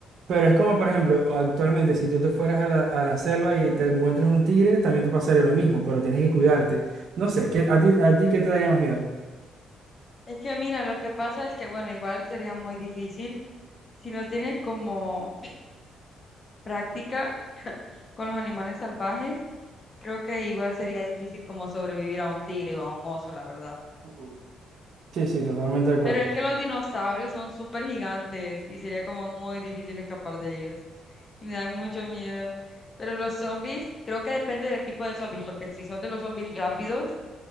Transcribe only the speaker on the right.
pero es como por ejemplo, actualmente si tú te fueras a la, a la selva y te encuentras un tigre, también te pasaría lo mismo, pero tienes que cuidarte, no sé, ¿qué- a ti, a ti qué te daría más miedo?
Ujú. Sí, sí, totalmente de acuerdo.